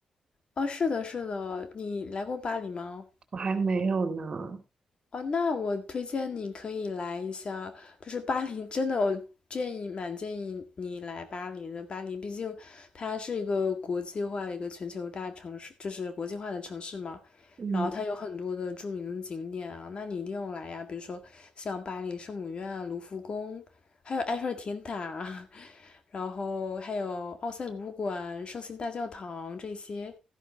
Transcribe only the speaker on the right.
我还没有呢。
嗯，